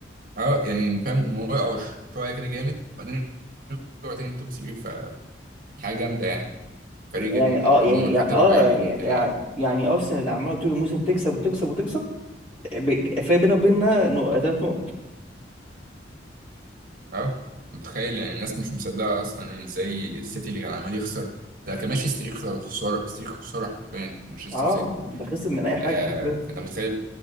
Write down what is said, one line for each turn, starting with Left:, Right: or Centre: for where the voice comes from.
Right: أه يعني فاهم وقعوا شوية كده جامد وبعدين رجعوا تاني توب 3 فحاجة جامدة يعني فريق
Left: يعني
Right: جامد
Left: اه
Right: يعني
Left: يعني
Right: عموما
Left: يعني-
Right: حتى
Left: اه
Right: لو
Left: لا
Right: وقع بيقوم
Left: يعني
Right: تاني
Left: يعني
Right: يعني
Left: يعني ارسنال اللي عماله طول الموسم تكسب وتكسب وتكسب ب- فرق بينها وبيننا نق- تلات نقط
Right: أه متخيل يعني الناس مش مصدقة أصلا يعني إزاي السيتي اللي كان عمال يخسر ده كان ماشي ستريك خسارة ستريك خسارة حرفيا مانشستر
Left: اه
Right: سيتي
Left: ده خسر من اي حاجه
Right: أه
Left: حرفيا
Right: فأنت متخيل